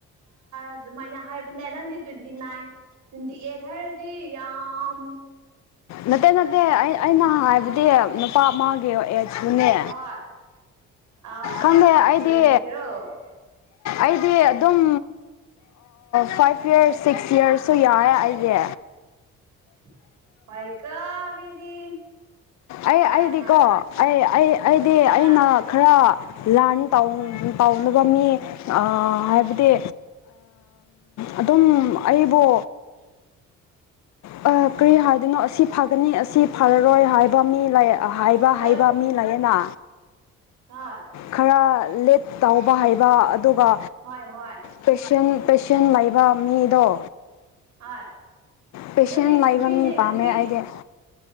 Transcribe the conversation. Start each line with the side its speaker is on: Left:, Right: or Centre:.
Right: ꯑꯗꯨꯃꯥꯏꯅ ꯍꯥꯏꯕꯅꯦ ꯅꯪꯗꯤ ꯇ꯭ꯋꯦꯟꯇꯤ ꯅꯥꯏꯟ ꯇ꯭ꯋꯦꯟꯇꯤ ꯑꯩꯠ ꯍꯥꯏꯔꯗꯤ ꯌꯥꯝ
Left: ꯅꯠꯇꯦ ꯅꯠꯇꯦ ꯑꯩ ꯑꯩꯅ ꯍꯥꯏꯕꯗꯤ ꯅꯨꯄꯥ ꯑꯃꯒꯤꯒꯤ ꯁꯨꯅꯦ
Right: ꯍꯣꯏ ꯑ
Left: ꯈꯪꯉꯦ ꯑꯩꯗꯤ
Right: ꯖꯤꯝꯒꯤꯔꯣ
Left: ꯑꯩ ꯗꯤ ꯑꯗꯨꯝ ꯐꯥꯏꯚ ꯌꯔꯁ ꯁꯤꯛꯁ ꯌꯔꯁꯁꯨ ꯌꯥꯔꯦ ꯑꯩꯗꯤ
Right: <unintelligible> ꯍꯣꯏꯀꯣ ꯃꯤꯗꯤ
Left: ꯑꯩ
Right: ꯍꯣꯏ
Left: ꯑꯩꯗꯤꯀꯣ
Right: ꯍꯣꯏ
Left: ꯑꯩ ꯑꯩ ꯑꯩ ꯑꯩꯗꯤ
Right: ꯍꯥ
Left: ꯑꯩꯅ ꯈꯔ ꯂꯥꯟꯟ ꯇꯧꯅꯕ ꯃꯤ ꯍꯥꯏꯕꯗꯤ ꯑꯗꯨꯝ ꯑꯩꯕꯨ
Right: <inaudible>
Left: ꯑ ꯀꯔꯤ ꯍꯥꯏꯗꯣꯏꯅꯣ ꯑꯁꯤ ꯑꯅꯤ ꯑꯁꯤ ꯐꯔꯔꯣꯏ ꯍꯥꯏꯕ ꯃꯤ ꯍꯥꯏꯕ
Right: ꯇꯠ
Left: ꯍꯩꯕ ꯃꯤ ꯂꯩꯌꯦꯅ
Right: ꯍꯣꯏ
Left: ꯈꯔ ꯂꯤꯠ ꯇꯥꯎꯕ ꯍꯩꯕ ꯑꯗꯨꯒ
Right: ꯍꯣꯏ ꯍꯣꯏ
Left: ꯄꯦꯁꯦꯟ ꯄꯦꯁꯦꯟ ꯂꯩꯕ ꯃꯤꯗꯣ
Right: ꯑꯥ
Left: ꯄꯦꯁꯦꯟ
Right: ꯗꯨꯗꯤ ꯒꯟꯊꯨꯢꯅꯦ
Left: ꯂꯩꯕ ꯃꯤ ꯄꯥꯝꯃꯦ
Right: ꯒꯟꯊꯨꯢ
Left: ꯑꯩꯗꯤ